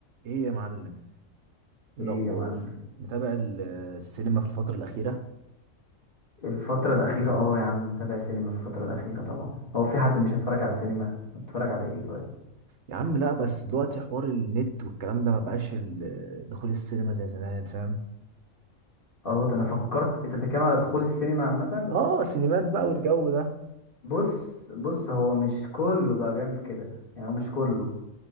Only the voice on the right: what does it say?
ايه يا معلم ايه
الاخبار
متابع ال- السينما في الفتره الاخيره
يا عم لا بس دلوقتي حوار النت والكلام ده ما بقاش ال- دخول السينما زي زمان فاهم
اه سينمات بقى والجو ده